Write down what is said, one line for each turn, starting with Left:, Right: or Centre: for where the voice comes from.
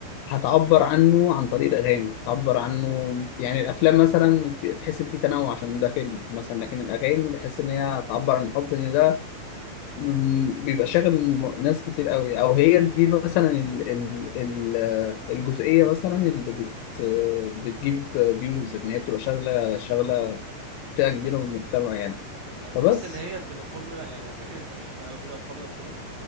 Left: هتعبر عنه عن طريق الاغاني هتعبر عنه يعني الافلام مثلا في- تحس ان في تنوع عشان ده فيلم مثلا لكن الاغاني بحس ان هي هتعبر عن الحب ان ده م- بيبقى شاغل م- ناس كتير قوي او هي دي مثلا ال ال ال الجزئيه مثلا اللي بت بتجيب فيوز ان هي بتبقى شغله شغله فئه كبيره من المجتمع يعني
Right: انا بحس
Left: فبس
Right: ان هي بتبقى فورمولا يعني انا فاكر ان الدحيح كان عامل فيديو عن الحوار ده قبل كده